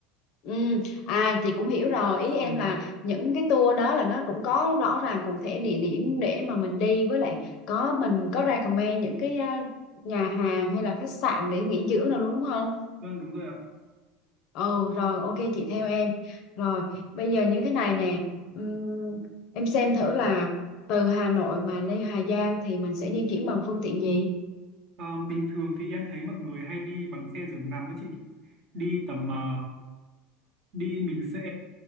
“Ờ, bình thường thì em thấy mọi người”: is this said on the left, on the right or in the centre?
Right